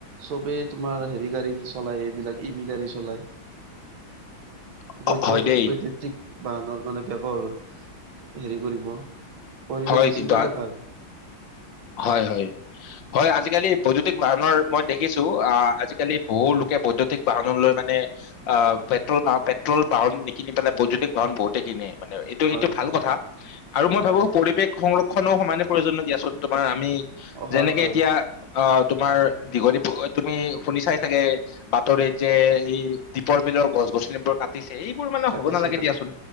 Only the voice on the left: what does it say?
<unintelligible>
দেই
হয়
কিন্তু
আ-
হয় হয়, হয় আজিকালি বৈদ্যুতিক বাহৰ মই দেখিছো আ আজিকালি বহু লোকে বৈদ্যতিক বাহন লৈ মানে আহ পেট্ৰল পেট্ৰল বাহন নিকিনি পেলাই বৈদ্যুতিক বাহন বহুতে কিননে মানে এ টো
এইটো ভাল
কথা, আৰু মই
ভাবো পৰিৱেশ সংৰক্ষণো সমানে প্ৰয়োজনীয় দিয়াচোন, তোমাৰ আমি
যেনেকে
এতিয়া আহ তোমাৰ দীঘলী তুমি শুনি চাই চাগে বাতৰিত যে এই দীপৰ বিলৰ গছ গছনিবোৰ কাট দিছে এইবোৰ মানে
হ'ব নালাগে
দিয়াচোন।